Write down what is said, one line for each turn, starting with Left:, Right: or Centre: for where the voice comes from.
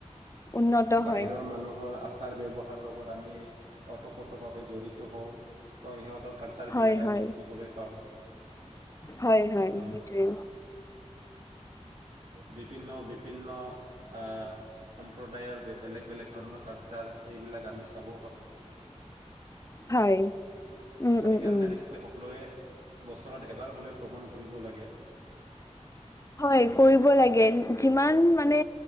Left: উন্নত
Right: বাহিৰৰ
Left: হয়।
Right: মানুহৰ আচাৰ ব্যয়ৱহাৰ লগত আমি অতপোতভাৱে জড়িত হওঁ। তো সিহঁতৰ কালচাৰ
Left: হয়
Right: বিলাক আমি
Left: হয়
Right: শিকিবলৈ পাওঁ।
Left: হয়, হয়
Right: ত
Left: সেইটোৱে।
Right: বিভিন্ন বিভিন্ন আহ সম্প্ৰদায়ৰ বেলেগ, বেলেগ ধৰণৰ কালচাৰ সেইবিলাক আমি চাব পাৰো।
Left: হয়। উম
Right: সেইকাৰণে
Left: উম উম
Right: আমি সকলোৱে বছৰত এবাৰ হলেও ভ্ৰমণ কৰিব লাগে।
Left: হয়, কৰিব লাগে যিমান মানে